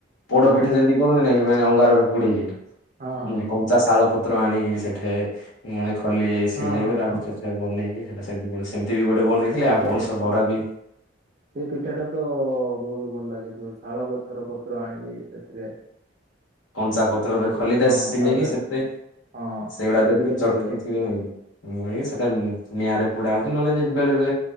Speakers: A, on the left; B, on the right.
A: ପୋଡ
B: ହଁ
A: ପିଠା ଯେମିତି କରନ୍ତି ନାଇକି ମାନେ ଅଙ୍ଗାରରେ ପୁଡେଇକି
B: ହଁ ହଁ ହଁ।
A: କଞ୍ଚା ଶାଳ ପ ପତ୍ର ଆଣିକି ସେଠେ ମାନେ ଖଲି ସିଲେଇବେ
B: ହଁ ହଁ
A: ତାପରେ
B: ହଁ
A: ସେଥେରେ ବନେଇକି ସେଟା ସେମତି ଗୋଟେ ହେମିତି ବି ଗୋଟେ ବନେଇଥିଲେ
B: ହଁ
A: ଆଉ
B: ସେ
A: ପଣସ ବରା ବି
B: ସେଇ ପିଠା ଟା ତ ବହୁତ ଭଲ ଲାଗେ ଜଉ ଶାଳ ଗଛର ପତ୍ର ଆଣିକି ସେଥିରେ
A: କଞ୍ଚା ପତ୍ରରେ
B: ଇଏ କରେ
A: ଖଲିଟା
B: ହଁ
A: ସିଲେଇକି
B: ତାପରେ
A: ସେଥିରେ
B: ହଁ
A: ସେଇଗୁଡା
B: ଚୁଲିରେ
A: ଯେତକି ଚଟକି
B: ପୋଡିବେ
A: <inaudible> ଛି ବି ନହିଁ। ମୁ ସେଟା ନିଆଁରେ ପୋଡା ହଉଛି ନହେଲେ ବେଳେ ବେଳେ